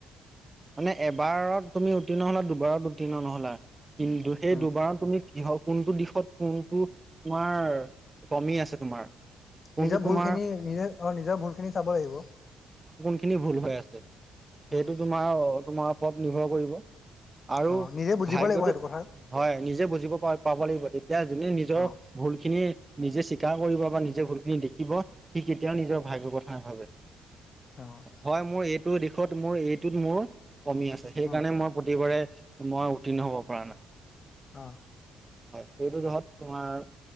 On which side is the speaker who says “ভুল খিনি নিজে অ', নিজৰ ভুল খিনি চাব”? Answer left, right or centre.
Left